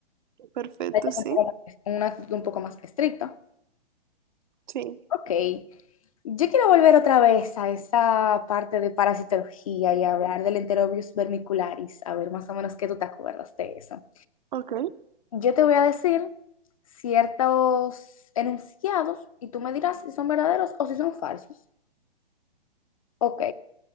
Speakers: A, on the right; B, on the left.
A: Perfecto,
B: Hay
A: sí.
B: un poco más- una actitud un poco más estricta.
A: Sí.
B: Ok, Yo quiero volver otra vez a esa parte de parasitología y hablar del Enterobius vermicularis, a ver más o menos qué tú te acuerdas de eso.
A: Ok.
B: Yo te voy a decir ciertos enunciados y tú me dirás si son verdaderos o si son falsos. Ok,